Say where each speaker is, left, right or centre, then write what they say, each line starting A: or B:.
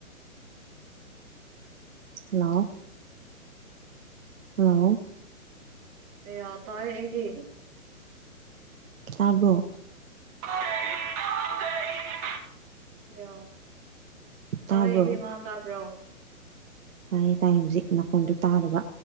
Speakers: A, on the right; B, on the right.
A: ꯍꯜꯂꯣ ꯍꯜꯂꯣ
B: ꯑꯦ ꯇꯥꯏ ꯑꯩꯗꯤ
A: ꯇꯥꯕꯔꯣ
B: <unintelligible> ꯇꯥꯏ
A: ꯇꯥꯕ꯭ꯔꯣ
B: ꯏꯕꯦꯝꯃ ꯇꯥꯕ꯭ꯔꯣ
A: ꯇꯥꯏꯌꯦ ꯇꯥꯏ ꯍꯧꯖꯤꯛ ꯅꯈꯣꯟꯗꯨ ꯇꯥꯗꯕ